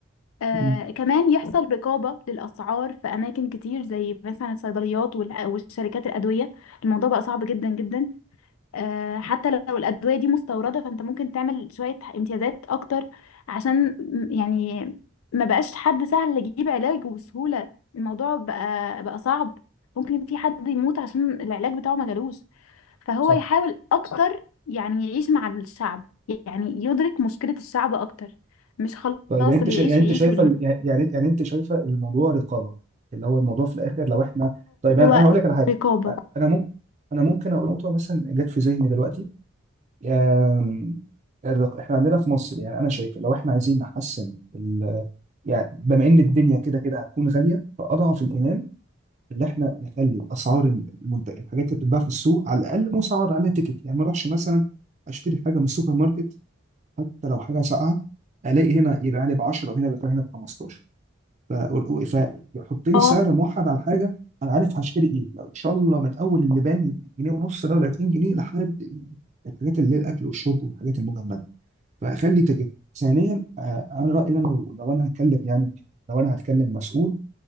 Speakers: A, on the left; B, on the right.
A: آه
B: مم.
A: كمان يحصل رقابة للأسعار في أماكن كتير زي مثلا الصيدليات والأ- والشركات الأدوية الموضوع بقى صعب جدا جدا آه حتى لو الأدوية دي مستوردة فأنت ممكن تعمل شوية امتيازات أكتر عشان م- يعني ما بقاش حد سهل يجيب علاج بسهولة الموضوع بقى بقى صعب ممكن في حد يموت عشان العلاج بتاعه ما جالوش فهو
B: صح
A: يحاول أكتر يعني يعيش مع الشعب يعني يدرك مشكلة الشعب أكتر مش خلاص
B: طيب يعني انت
A: اللي
B: شا...
A: يعيش
B: يعني انت
A: يعيش
B: شايفه
A: واللي
B: ال- يعني يعني يعني انت شايفه الموضوع رقابه اللي هو الموضوع في الاخر لو احنا طيب يعني
A: هو
B: انا هقول لك على حاجه
A: رقابة
B: انا ممكن انا ممكن اقول نقطه مثلا جت في ذهني دلوقتي آم، الرق... احنا عندنا في مصر يعني انا شايف لو احنا عايزين نحسن ال... يعني بما ان الدنيا كده كده هتكون غاليه فاضعف الايمان اللي احنا نخلي الاسعار المنتج الحاجات اللي بتتباع في السوق على الاقل مسعر عليها تيكت يعني ما اروحش مثلا اشتري حاجه من السوبر ماركت حتى لو حاجه ساقعه الاقي هنا يبقى عليه ب 10 وهنا بيبقى هنا ب 15 ف- و- فيحط لي
A: اه
B: سعر موحد على حاجه انا عارف هشتري ايه لو ان شاء الله من اول اللبان جنيه ونص ده ولا 2 جنيه لحد ال- الحاجات اللي هي الاكل والشرب والحاجات المجمده فاخلي تيكت ثانيا آه، انا رايي إن انا لو لو انا هتكلم يعني لو انا هتكلم مسؤول